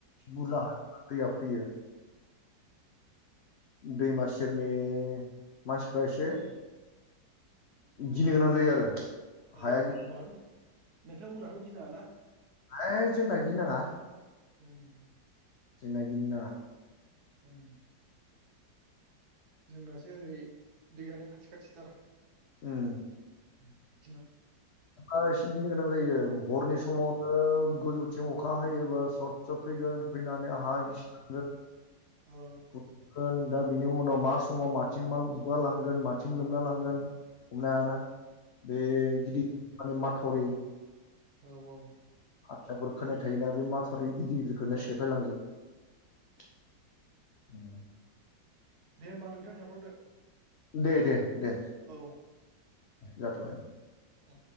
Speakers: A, on the left (about 70°); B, on the right (about 60°).
A: बुरजा दैया फैयो। दैमा सेरनि मानसिफ्रा एसे
B: औ
A: गिनो गोनां जायो आरो।
B: औ
A: हाया
B: औ मा होन नोंथांमोनाथ' गिनाङाना?
A: है जोंना गिनाङा।
B: हम
A: जोंना गिनो नाङा।
B: उम जोंनासो ओरै दैयानो खाथि खाथिथार।
A: उम
B: उम
A: एसे गिनो गोनां जायो हरनि समावनो गोजौ थिं अखा हायोबा सट सट फैगोन फैनानै हा
B: औ
A: गिसि थांगोन।
B: औ
A: खुरखागोन दा बिनि उनाव मा समाव माथिं मा गुगा लांगोन माथिं लोमला लांगोन हमनो हायाना बे गिदिर माने माथावरि
B: औ औ
A: आयथाफोर खोनाय थायोना बे माथा थावरि गिदिर गिदिरखौनो
B: औ
A: सेफायलांजोबो।
B: दे होमबा नोंथां थाथ'दो।
A: दे दे दे
B: औ
A: जाथ'बाय।
B: औ